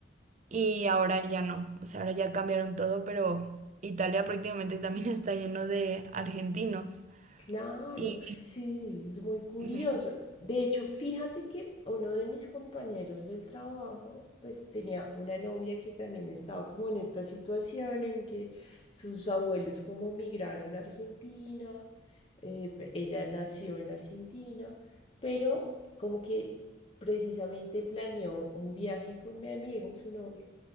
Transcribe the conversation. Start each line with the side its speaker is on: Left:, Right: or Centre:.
Right: y ahora ya no, o sea, ahora ya cambiaron todo, pero Italia prácticamente también <laughs> está lleno de argentinos.
Left: Claro,
Right: Y,
Left: sí, es muy curioso.
Right: y- ujú.
Left: De hecho, fíjate que uno de mis compañeros del trabajo, pues tenía una novia que también estaba como en esta situación en que sus abuelos como migraron a Argentina, eh, pe- ella nació en Argentina, pero como que precisamente planeó un viaje con mi amigo, su novio